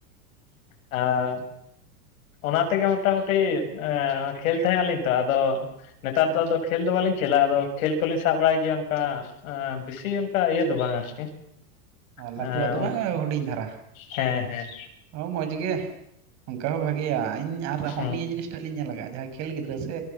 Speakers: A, on the left; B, on the right.
A: <unintelligible> ᱦᱮᱸ᱾ ᱚᱱᱟ ᱛᱮᱜᱮ ᱢᱚᱴᱟᱢᱩᱴᱤ ᱮᱸ ᱠᱷᱮᱞ ᱛᱟᱦᱮᱸᱜ ᱟᱞᱤᱧ ᱛᱚ ᱟᱫᱚ ᱱᱮᱛᱟᱨ ᱫᱚ ᱟᱫᱚ ᱠᱷᱮᱞ ᱫᱚ ᱵᱟᱞᱤᱧ ᱠᱷᱮᱞᱟ ᱟᱫᱚ ᱠᱷᱮᱞ ᱠᱚᱞᱤᱧ ᱥᱟᱵ ᱵᱟᱲᱟᱭ ᱜᱮᱭᱟ᱾ <unintelligible> ᱟᱸ ᱵᱮᱥᱤ ᱚᱱᱠᱟ ᱤᱭᱟᱹ ᱫᱚ ᱵᱟᱝ ᱟᱨᱠᱤ
B: ᱟᱨ
A: ᱦᱮᱸ
B: ᱞᱟᱹᱛᱩᱣᱟᱜ ᱫᱚ ᱵᱟᱝ ᱟᱸ ᱦᱩᱰᱤᱧ ᱫᱷᱟᱨᱟ᱾
A: ᱦᱮᱸ ᱦᱮᱸ
B: ᱚ ᱢᱚᱡᱽ ᱜᱮ ᱚᱱᱠᱟ ᱦᱚᱸ ᱵᱷᱟᱜᱮᱭᱟ ᱤᱧ ᱟᱨ
A: ᱦᱩᱸ
B: ᱦᱚᱸᱜᱼ ᱱᱤᱭᱟᱹ ᱡᱤᱱᱤᱥ ᱴᱟᱜ ᱞᱤᱧ ᱧᱮᱞᱟᱠᱟᱜᱼᱟ ᱡᱟᱦᱟᱸᱭ ᱠᱷᱮᱞ ᱜᱤᱫᱽᱨᱟᱹ ᱥᱮ